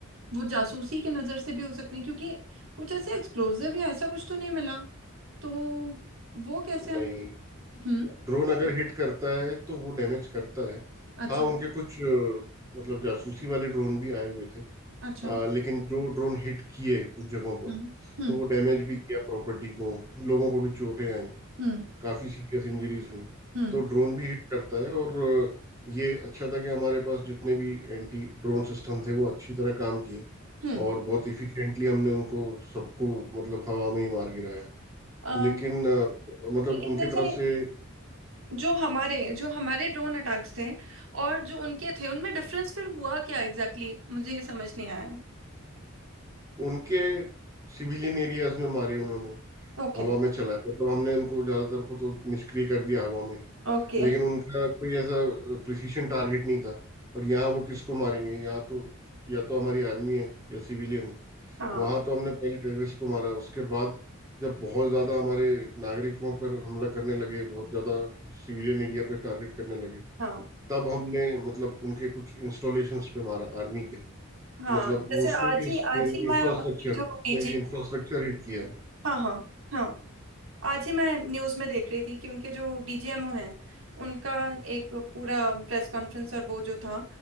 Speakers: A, on the right; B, on the right.
A: वो जासूसी के नज़र से भी हो सकते हैं क्योंकि कुछ ऐसे एक्सप्लोजिव या ऐसा कुछ तो नहीं मिला तो वो कैसे
B: नहीं
A: हम हम्म
B: ड्रोन अगर हिट करता है तो वो डैमेज करता है
A: अच्छा
B: हाँ उनके कुछ अ, मतलब जासूसी वाले ड्रोन भी आए हुए थे
A: अच्छा
B: आ, लेकिन जो ड्रोन हिट किए कुछ जगहों पर
A: हम्म हम्म
B: तो वो डैमेज भी किया प्रॉपर्टी को लोगों को भी चोटें आई
A: हम्म
B: काफी सीरियस इंजरीज हुई
A: हम्म
B: तो ड्रोन भी हिट करता है और अ, ये अच्छा था कि हमारे पास जितने भी एंटी ड्रोन सिस्टम थे वो अच्छी तरह काम किए
A: हम्म
B: और बहुत इफिशिएंटली हमने उनको सबको मतलब हवा में ही मार गिराया
A: अ,
B: लेकिन अ, मतलब
A: लेकिन
B: उनके
A: जैसे
B: तरफ से
A: जो हमारे जो हमारे ड्रोन अटैक्स थे और जो उनके थे उनमें डिफरेंस फिर हुआ क्या एग्जैक्टली exactly? मुझे ये समझ नहीं आया
B: उनके सिविलियन एरियाज में मारे उन्होंने
A: ओके
B: हवा में चलाए मतलब हमने उनको ज्यादातर को तो निष्क्रिय कर दिया हवा में
A: ओके
B: लेकिन उनका कोई ऐसा प्रिसीशन टारगेट नहीं था और यहाँ वो किसको मारेंगे यहाँ तो या तो हमारी आर्मी है या सिविलियन है
A: हाँ
B: वहां तो हमने पहले टेररिस्ट को मारा उसके बाद जब बहुत ज्यादा हमारे नागरिकों पर हमला करने लगे बहुत ज्यादा सिविलियन एरिया पे टारगेट करने लगे
A: हाँ
B: तब हमने मतलब उनके कुछ इंस्टॉलेशंस पे मारा आर्मी के
A: हाँ
B: मतलब
A: जैसे
B: वो उसमें
A: आज
B: भी
A: ही आज ही
B: इंफ्रास्ट्रक्चर
A: मैं अपनी जो
B: उसमें
A: पीजी
B: भी इंफ्रास्ट्रक्चर हिट किया है
A: हाँ हाँ हाँ आज ही मैं न्यूज में देख रही थी कि उनके जो डीजीएमओ हैं उनका एक पूरा प्रेस कॉन्फ्रेंस और वो जो था